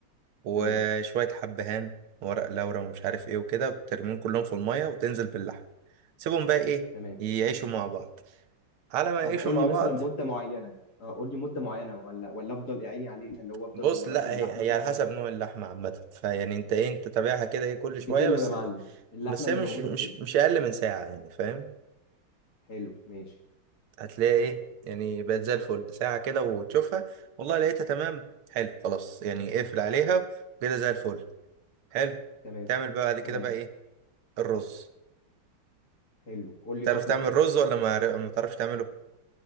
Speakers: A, on the right (about 85°); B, on the left (about 50°).
A: وشوية
B: تمام
A: حبهان ورق لورا ومش عارف ايه وكده وترميهم كلهم في المية وتنزل باللحم سيبهم بقى ايه
B: تمام
A: يعيشوا مع بعض على ما
B: طب
A: يعيشوا
B: قول
A: مع
B: لي مثلا
A: بعض
B: مده معينه اه قول لي مده معينه ولا ولا افضل اعيني عليها اللي هو افضل
A: بص
B: لغايه
A: لا
B: ما اللحمه
A: هي هي
B: تطرى
A: على حسب نوع اللحمة عامة فيعني انت ايه انت تابعها كده ايه كل
B: بتلو
A: شوية بس
B: يا معلم اللحمه
A: بس
B: اللي
A: هي مش
B: موجوده
A: مش
B: بتلو
A: مش أقل من ساعة يعني فاهم
B: حلو ماشي
A: هتلاقي ايه يعني بقت زي الفل ساعة كده وتشوفها والله لقيتها تمام حلو خلاص يعني اقفل عليها كده زي الفل حلو
B: تمام
A: تعمل بقى بعد كده
B: تمام
A: بقى ايه الرز
B: حلو قول لي
A: تعرف
B: خطوه
A: تعمل
B: خطوه
A: رز ولا ما عر- ما تعرفش تعمله